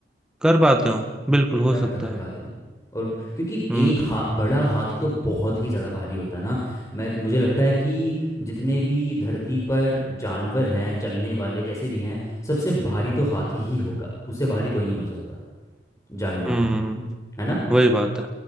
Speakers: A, in the centre; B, on the left (about 20°).
A: कर पाते हो बिल्कुल हो
B: क्या
A: सकता
B: पता कर पाते
A: है
B: हो और क्योंकि
A: हम्म
B: एक हा, बड़ा हाथी तो बहुत ही ज़्यादा भारी होता है ना मैं मुझे लगता है कि जितने भी धरती पर जानवर हैं चलने वाले जैसे भी हैं सबसे भारी तो हाथी ही होगा उससे भारी कोई नहीं हो सकता जानवरों
A: हम्म
B: में
A: हम्म,
B: है ना
A: वही बात है